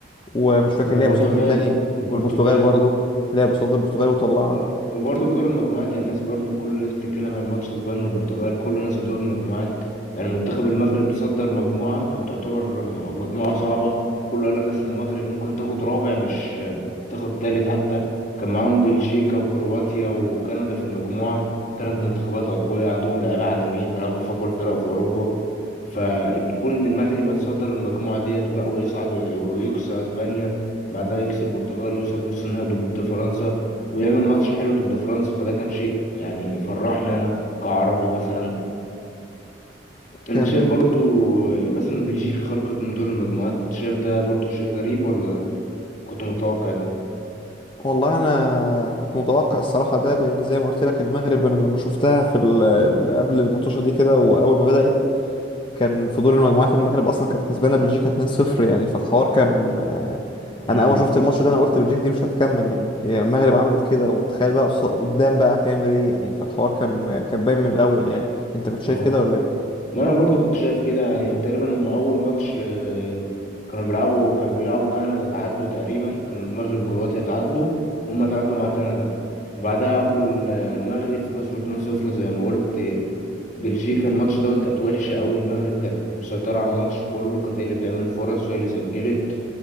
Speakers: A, on the left (about 30°); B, on the left (about 45°).
A: ومش فاكر
B: والبرتغال
A: لعب قصاد مين تاني
B: البرتغال
A: والبرتغال برضه لعب قصاد البرتغال وطلعها
B: و- وبرضه في دور المجموعات يعني الناس برضه كل الناس بتتكلم عن ماتش اسبانيا والبرتغال كل الناس في دور المجموعات يعني منتخب المغرب تصدر مجموعة كانت تعتبر م- مجموعة صعبة كله قال لك اصل المغرب ممكن تاخد رابع مش تاخد تالت حتى كان معاهم بلجيكا وكرواتيا وكندا في المجموعة ثلاث منتخبات أقوياء عندهم لعيبة عالميين بيلعبوا في أقوى الفرق في أوروبا فكون إن المغرب يتصدر المجموعة ديت ولا ويصعد ويكسر أسبانيا بعدها يكسب البرتغال ويوصل نص النهائي ضد فرنسا ويعمل ماتش حلو ضد فرنسا فده كان شيء يعني فرحنا انا كعربي مثلا انت
A: كان
B: شايف برضو آه، مثلا بلجيكا خرجت من دور المجموعات كنت شايف ده برضو شيء غريب ولا كنت متوقع ده
A: والله انا كنت متوقع الصراحه ده لان زي ما قلت لك المغرب انا لما شفتها في ال- ال- قبل المطوشه دي كده واول ما بدات كان في دور المجموعات المغرب اصلا كانت كسبانه بلجيكا 2-0 يعني فالحوار كان آه،
B: امم
A: انا اول ما شفت الماتش ده انا قلت بلجيكا دي مش هتكمل يعني هي المغرب عملت كده ومتخيل بقى قص- قدام بقى هتعمل ايه يعني فالحوار كان كان باين من الاول يعني انت كنت شايف
B: اه
A: كده ولا ايه؟
B: ما انا برضو كنت شايف كده يعني تقريبا هم اول ماتش آه، كانوا بيلعبوا كان بيلعبوا كندا تعادلوا تقريبا كان المغرب وكرواتيا تعادلوا هم تعادلوا مع كندا وبعدها قابلوا ال- المغرب فخسروا 2-0 زي ما قلت بلجيكا الماتش دوت كانت وحشة أوي المغرب كانت مسيطرة على الماتش كله كانت هي اللي بتعمل فرص وهي اللي سجلت